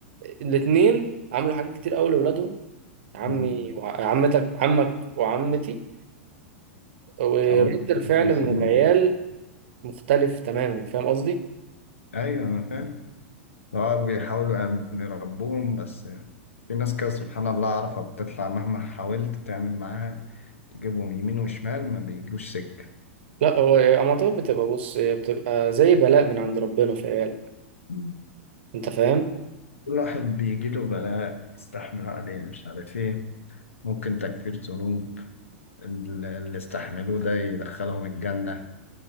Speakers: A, on the right (about 55°); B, on the left (about 75°).
A: الاثنين عملوا حاجات كتير قوي لاولادهم عمي
B: مم.
A: وعمتك عمك وعمتي ورد
B: عملت-
A: الفعل
B: وصلنا.
A: من العيال مختلف تماما فاهم قصدي
B: ايوه انا فاهم اه بيحاولوا يعني يربوهم بس في ناس كده سبحان الله عارفة بتطلع مهما حاولت تعمل معاها تجيبهم يمين وشمال ما بيجوش سكة
A: لا هو اما طب بتبقى بص هي بتبقى زي بلاء من عند ربنا في عيالك
B: مم.
A: انت فاهم
B: كل واحد بيجيله بلاء يستحملوا عليه مش عارف ايه ممكن تكفير ذنوب ال- اللي استحملوه ده يدخلهم الجنة